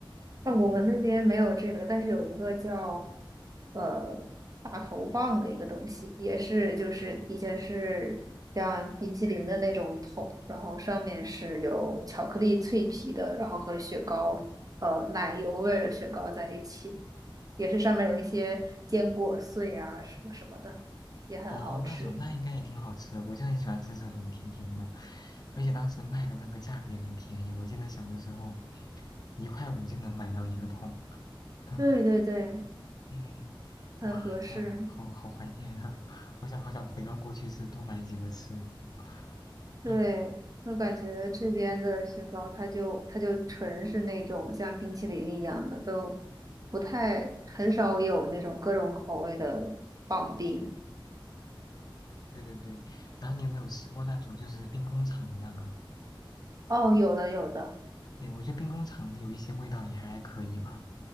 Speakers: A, on the right (about 45°); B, on the left (about 50°).
A: 那我们那边没有这个，
B: 嗯
A: 但是有一个叫呃大头棒的一个东西，也是就是底下是像冰淇淋的那种桶，然后上面是有巧克力脆皮的，然后和雪糕呃奶油味儿的雪糕在一起，也是上面有一些坚果碎啊什么什么的，也很好吃。
B: 哦，那种那应该也挺好吃的，我就很喜欢吃这种甜甜的，而且当时卖的那个价格也很便宜，我记得小的时候一块五就能买到一个桶。嗯
A: 对对对，
B: 嗯，
A: 很合适。
B: 哇，天啊，好好怀念啊，<laughs> 好想好想回到过去是多买几个吃。<laughs>
A: 对，
B: 唉
A: 我感觉这边的雪糕，它就它就纯是那种像冰淇淋一样的，都不太很少有那种各种口味的棒冰。
B: 对对对，然后你有没有吃过那种就是兵工厂的那个？
A: 哦，有的有的，
B: 对，我觉得兵工厂有一些味道也还可以吧，